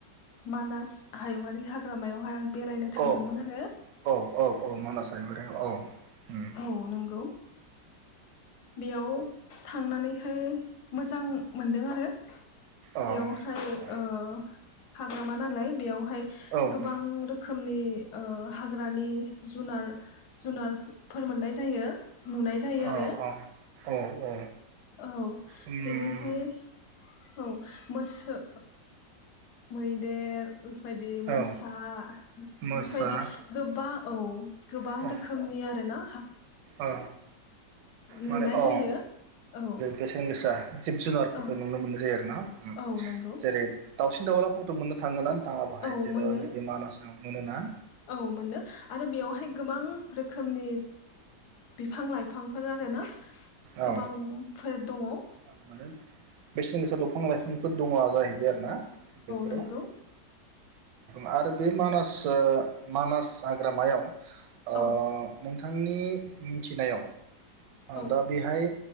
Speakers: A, on the left; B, on the right.
A: मानास हायुंङारि हाग्रामायावहाय आं बेरायनो थांदोंमोन
B: औ
A: आरो
B: औ औ औ मानास हायुंङारि औ। उम
A: औ नंगौ बेयाव थांनानैहाय मोजां मोनदों आरो।
B: औ
A: बेवहाय
B: औ
A: ओ हाग्रामा नालाय बेयाव बा
B: उम
A: गोबां रोखोमनि ओ हाग्रानि जुनार जुनारफोर मोननाय जायो नुनाय जायो
B: औ
A: आरो।
B: औ औ औ
A: औ
B: उम
A: जेरैहाय। औ मोसौ। मैदेर। बेबायदि मोसा
B: औ मोसा
A: बेबायदि गोबां औ गोबां
B: औ
A: रोखोमनि आरो ना।
B: औ
A: नुनाय
B: माने औ
A: जायो औ
B: बेसेन गोसा जिब जुनारफोरखौ
A: औ
B: नुनो मोनसै आरो। ना
A: औ नंगौ
B: जेरै। दावसिन दाउलाफोरखौथ मोननो थांङोना। <inaudible>
A: औ मोनो
B: नैबे मानासाव। मोनोना।
A: औ मोनो आरो बेयावहाय गोबां रोखोमनि। बिफां लाइफांफोर आरोना।
B: औ
A: गोबांफोर दङ।
B: <inaudible> बेसेन गोसा दंफां लाइफांफोर दंङ जाय। बिदि आरो ना। बेफोराव।
A: नंगौ
B: <inaudible> <inaudible> आरो बे मानास मानास हाग्रामायाव। ओ
A: औ
B: नोंथां। आंनि मिथिनायाव।
A: औ
B: दा बेहाय